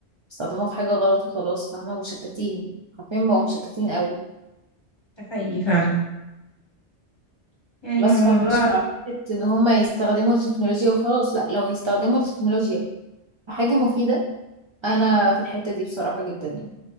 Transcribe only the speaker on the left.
ده حقيقي فعلا يعني
هو موضوع